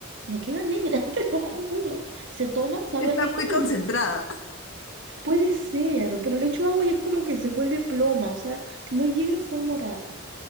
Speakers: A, on the right (about 60°); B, on the left (about 70°).
A: Me queda negra, <laughs> te lo juro. Se toma,
B: <laughs>
A: sabe
B: Está
A: rico,
B: muy
A: pero
B: concentrada.
A: me sa- Puede ser, pero le echo agua y es como que se vuelve ploma, o sea, no llega a ser morada.